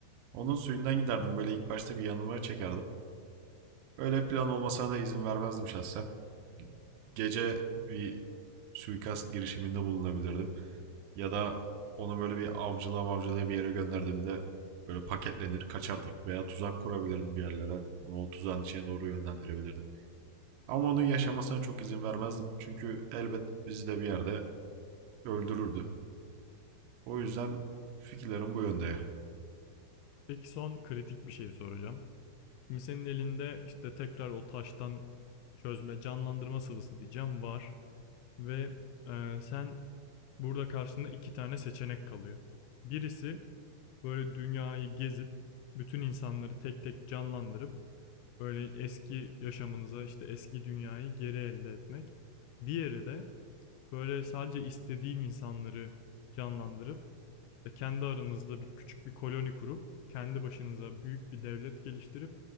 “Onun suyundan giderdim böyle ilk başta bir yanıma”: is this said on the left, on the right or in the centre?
Right